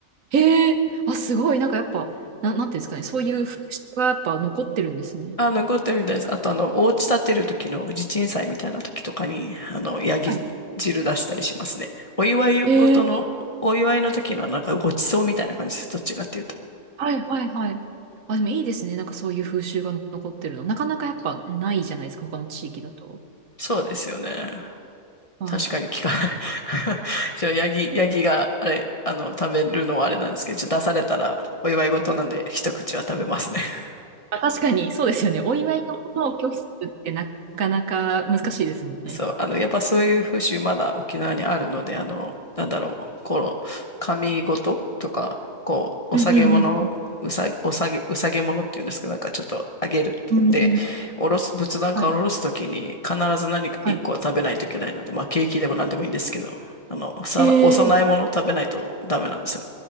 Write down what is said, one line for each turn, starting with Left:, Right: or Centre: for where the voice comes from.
Right: へえ、あ、すごい。なんかやっぱ、な、なんていうんですかね。そういう風習がやっぱ残ってるんですね。
Left: あ、残ってるみたいです。あと、あの、お家建てる時の地鎮祭みたいな時とかに、あの、ヤギ汁出したりしますね。
Right: はい。
Left: お祝い事の、
Right: へえ
Left: お祝いの時のなんかごちそうみたいな感じです。どっちかっていうと。
Right: はいはいはい。あ、でもいいですね。なんかそういう風習が残ってるの。なかなかやっぱないじゃないですか、他の地域だと。
Left: そうですよね。
Right: はい。
Left: 確かに聞かない。<laughs> じゃあ、ヤギ、
Right: え
Left: ヤギが、あれ、あの、食べるのはあれなんですけど、ちょっと出されたら、お祝い事なんで、一口は食べますね。<laughs>
Right: まあ、確かに、そうですよね。お祝いのことを拒否するってなかなか難しいですもんね。
Left: そう、あの、やっぱそういう風習、まだ沖縄にあるので、あの、なんだろう、こう、神事とか、こう、
Right: うんうんうん。
Left: お下げ物、うさ、お下げ、うさげ物っていうんですけど、なんかちょっとあげる。
Right: うんうん。
Left: で、おろす、仏壇からおろすときに、
Right: はい。
Left: 必ず何か一個は食べないといけないので、
Right: はい。
Left: まあ、ケーキでも何でもいいんですけど、あの、さお供え物を食べないとダメなんですよ。
Right: へえー、